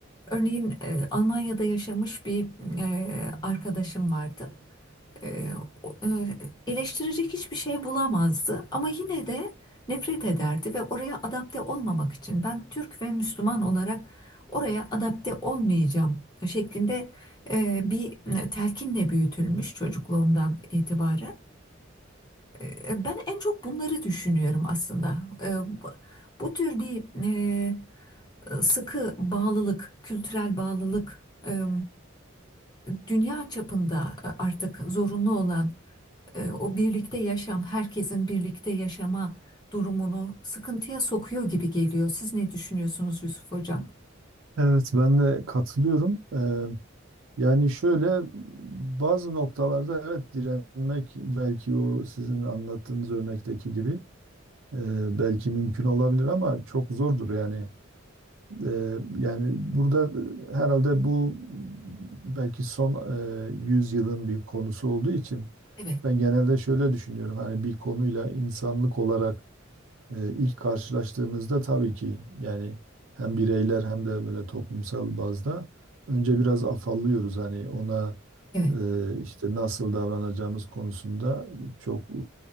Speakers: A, on the left; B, on the right.
A: örneğin e, Almanya'da yaşamış bir e, arkadaşım vardı e, o- e, eleştirecek hiçbir şey bulamazdı ama yine de nefret ederdi ve oraya adapte olmamak için ben Türk ve Müslüman olarak oraya adapte olmayacağım şeklinde e, bir e, telkinle büyütülmüş çocukluğundan itibaren. E, Ben en çok bunları düşünüyorum aslında. E, Bu, bu tür bir e, sıkı bağlılık, kültürel bağlılık e, dünya çapında artık zorunlu olan e, o birlikte yaşam, herkesin birlikte yaşama durumunu sıkıntıya sokuyor gibi geliyor. Siz ne düşünüyorsunuz Yusuf Hocam?
B: Evet, ben de katılıyorum. Ee, yani şöyle bazı noktalarda evet direnmek belki o sizin anlattığınız örnekteki gibi e, belki mümkün olabilir ama çok zordur yani. Ee, yani burada e, herhalde bu belki son e, 100 yılın bir konusu olduğu için
A: Evet,
B: ben genelde şöyle düşünüyorum. Hani bir konuyla insanlık olarak e, ilk karşılaştığımızda tabii ki yani hem bireyler hem de böyle toplumsal bazda önce biraz afallıyoruz hani ona
A: evet,
B: e, işte nasıl davranacağımız konusunda çok e,